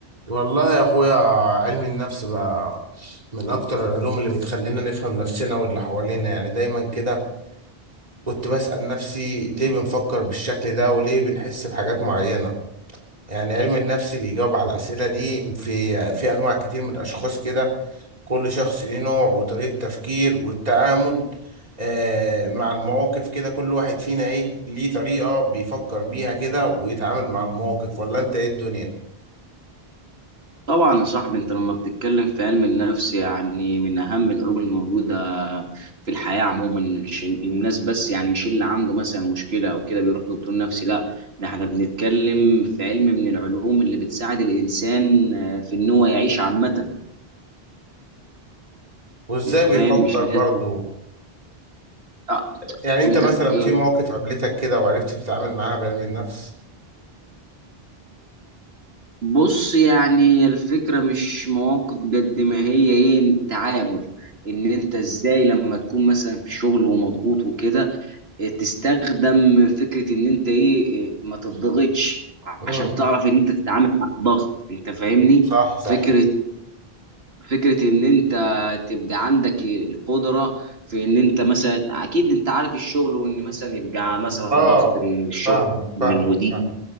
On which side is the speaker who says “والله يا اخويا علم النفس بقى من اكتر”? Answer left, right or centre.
Right